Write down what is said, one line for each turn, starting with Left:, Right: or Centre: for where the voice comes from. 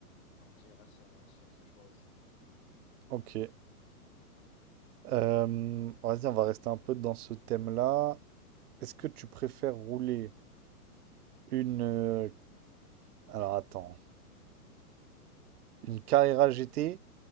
Left: Donc, j'irai sur, sur ce choix aussi.
Right: Ok. Euh, vas-y, on va rester un peu dans ce thème-là. Est-ce que tu préfères rouler une... euh, Alors attends, une Carrera GT